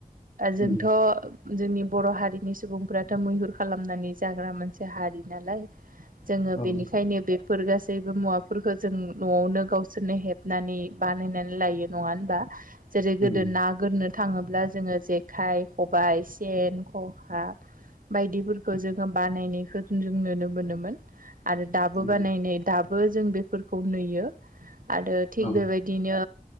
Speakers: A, on the right (about 85°); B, on the left (about 55°).
A: जोंथ'
B: उम
A: जोंनि बर' हारिनि सुबुंफ्राथ' मैहुर खालामनानै जाग्रा मोनसे हारि नालाय जोङो
B: औ
A: बेनिखायनो बेफोर गासैबो मुवा फोरख जों न'आवनो गावसोरनो हेबनानै बानायनानै लायो नङा होनबा जेरै गोदो
B: उम
A: ना गोरनो थाङोब्ला जोङो जेखाइ, खबाइ, सेन, खका बायदिफोरखौ जोङो बानायनायखौ जों नुनो मोनोमोन आरो। दाबो
B: नंगौ
A: बानायनाय दाबो जों बेफोरखौ नुयो आरो थिग
B: औ
A: बेबायदिनो